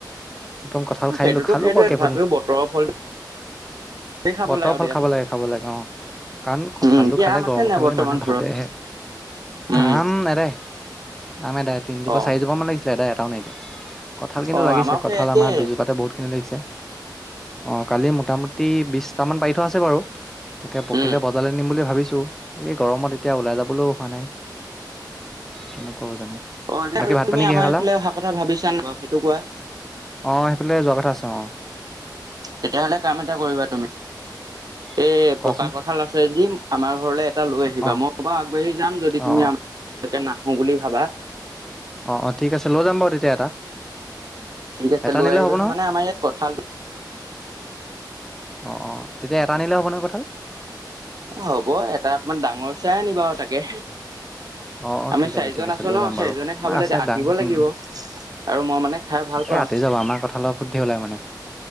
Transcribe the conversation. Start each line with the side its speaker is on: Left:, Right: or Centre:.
Centre: একদম কঁঠাল খাই
Right: সেইটোতো
Centre: দিলো খালো
Right: সেইটোৱে
Centre: বাৰু কেই
Right: তথাপিও বতৰৰ ফল খাব
Centre: বতৰ
Right: লাগে আৰু
Centre: ফল
Right: দিয়া
Centre: খাব লাগে, খাব লাগে অ'। কাৰণ কঁঠালটো
Right: উম কি
Centre: খালে
Right: আম আছে
Centre: গৰম উঠে
Right: নাই বৰ্তমান
Centre: বুলি মানুহে
Right: ঘৰত
Centre: ভাবেহে।
Right: উম
Centre: আম এদাই, আম এদাই তিনজোপা
Right: অ
Centre: চাৰিজোপা মান লাগিছি ছিলে এদাই এটাও নাইকি এতিয়া, কঁঠাল কিন্তু
Right: অ
Centre: লাগিছে
Right: আমাৰো
Centre: কঁঠাল
Right: সেই একেই
Centre: আমাৰ দুজোপাতে বহুতখিনি লাগিছে। অ', কালি মোটামুটি বিশটামান পাৰি থোৱা আছে বাৰু তাকে পকিলে
Right: উম
Centre: ব জাৰলে নিম বুলি ভাবিছো এই গৰমত এতিয়া ওলাই যাবলৈও হোৱা নাই। কিনো কৰো জানো।
Right: অ
Centre: বাকী
Right: <inaudible>
Centre: ভাত
Right: তুমি
Centre: পানী কিহে
Right: আমাৰ
Centre: খালা
Right: এইফালে অহা কথা ভাবিছা ন বাৰু সেইটো কোৱা?
Centre: অ সেইফালে যোৱা কথা আছে অ।
Right: তেতিয় হলে কাম এটা কৰিবা তুমি।
Centre: <unintelligible>
Right: এ
Centre: কোৱাচোন
Right: পকা কঁঠাল আছে যদি আমাৰ ঘৰলৈ এটা লৈ আহিবা,
Centre: অ
Right: মই বা আগবাঢ়ি যাম যদি তুমি
Centre: অ
Right: আ একে নাহো বুলি ভাবা।
Centre: অ অ ঠিক আছে, লৈ যাম বাৰু তেতিয়া এটা।
Right: ঠিক আছে
Centre: এটা
Right: লৈ
Centre: নিলে
Right: আহিবাচোন
Centre: হ'ব নহয়
Right: মানে আমাৰ ইয়াত কঁঠাল
Centre: অ অ তেতিয়া এটা আনিলে হ'ব নে কঠাল?
Right: হ'ব এটা অকমান ডাঙৰ চাই আনিবা বাও তাকে।
Centre: অ অ
Right: আমি
Centre: ঠিক
Right: চাৰিজন
Centre: আছে ঠিক আছে
Right: আছো
Centre: লৈ
Right: ন
Centre: যাম
Right: চাৰিজনে
Centre: বাৰু, আমাৰ
Right: খাবলৈ
Centre: আছে
Right: আতিব
Centre: দাং
Right: লাগিব
Centre: উম উম।
Right: আৰু মই মানে খাই ভাল পাওঁ
Centre: এ ৰাতি যাব আমাৰ কঁঠালৰ ফুত ধেই ওলাই মানে